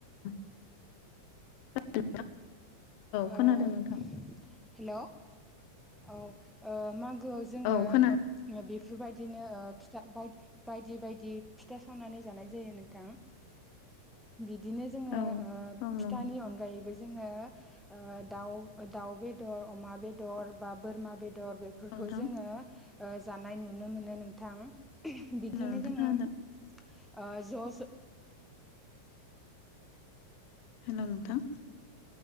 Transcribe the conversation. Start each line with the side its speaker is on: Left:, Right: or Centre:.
Left: <unintelligible> खोनादों
Centre: औ
Left: नोंथां
Centre: हेल' औ ओ मागोआव जोङो
Left: औ खोनादों
Centre: बेफोरबायदिनो ओ फिथा बायदि बायदि बायदि फिथा सावनानै जानाय जायो नोंथां बिदिनो जोङो
Left: औ
Centre: ओ
Left: औ
Centre: फिथानि
Left: नंगौ
Centre: अनगायैबो जोङो ओ दाउ बेदर अमा बेदर बा बोरमा बेदर बेदर बेफोरखौ
Left: नोंथां
Centre: जोङो ओ जानाय नुनो मोनो नोंथां बिदिनो
Left: हेल' नोंथां
Centre: जोङो
Left: खोनादों
Centre: ओ ज' ज'
Left: हेल' नोंथां